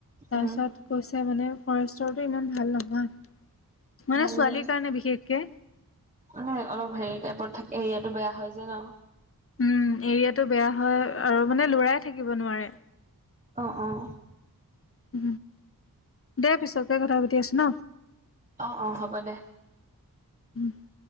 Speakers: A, on the left (about 35°); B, on the right (about 20°).
A: তাৰপিছত
B: উম
A: কৈছে মানে ফৰেষ্টৰটো, ইমান ভাল নহয়। মানে
B: ভাল
A: ছোৱালীৰ
B: ভাল
A: কাৰণে বিশেষকে
B: মানে অলপ হেৰি টাইপত থাকে। এৰিয়াতটো বেয়া হয় যে ন।
A: উম এৰিয়াটো বেয়া হয়। আৰু মানে লৰাই থাকিব নোৱাৰে।
B: অঁ অঁ
A: উ দে পিছকে কথা পাতি আছো ন।
B: অ অ হ'ব দে।
A: উম